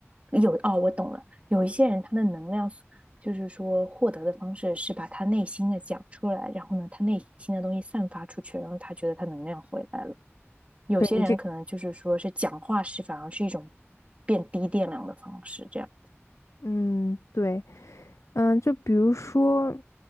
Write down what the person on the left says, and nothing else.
对你这
嗯，对，嗯，就比如说，